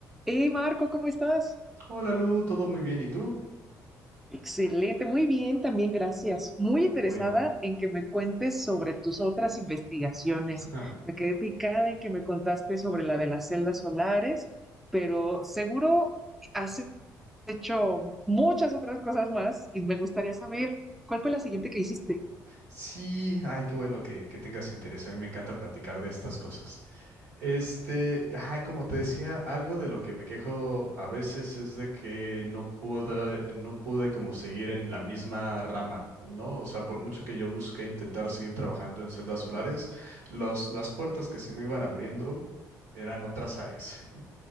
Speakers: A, in the centre; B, on the right.
A: Hey Marco, ¿cómo estás?
B: Hola Lu, todo muy bien, ¿y tú?
A: Excelente, muy bien, también gracias. Muy interesada
B: Bueno,
A: en que me cuentes sobre tus otras investigaciones.
B: <laughs>
A: Me quedé picada en que me contaste sobre la de las celdas solares, pero seguro has hecho muchas otras cosas más y me gustaría saber cuál fue la siguiente que hiciste.
B: sí, ay, qué bueno que, que tengas interés, a mí me encanta platicar de estas cosas. Este, ay, como te decía, algo de lo que me quejo a veces es de que no pude, no pude como seguir en la misma rama, ¿no? O sea, por mucho que yo busqué intentar seguir trabajando en celdas solares, los, las puertas que se me iban abriendo eran otras áreas. <laughs>